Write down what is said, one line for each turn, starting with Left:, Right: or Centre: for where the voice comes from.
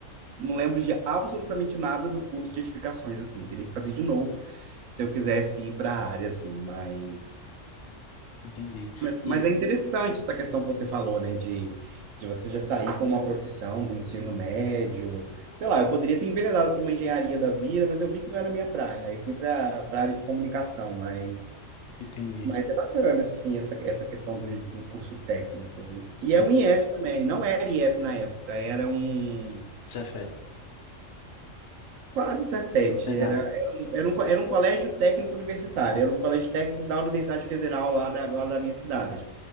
Right: não lembro de absolutamente nada do curso de edificações, assim. Teria que fazer de novo se eu quisesse ir para a área, assim, mas
Left: Entendi.
Right: mas,
Left: E
Right: mas é interessante essa questão que você falou, né? De, de você já sair com uma profissão do ensino médio. Sei lá, eu poderia ter enveredado para uma engenharia da vida, mas eu vi que não era a minha praia. Aí fui para a área de comunicação, mas,
Left: entendi.
Right: mas é bacana, assim, essa, essa questão do, do curso técnico. E
Left: É,
Right: é um IF também, não era IF na época, era um.
Left: Cefete,
Right: Quase Cefet,
Left: no Senai.
Right: era, era, um- era, um, co- era um colégio técnico universitário, era um colégio técnico da Universidade Federal lá da, lá da minha cidade.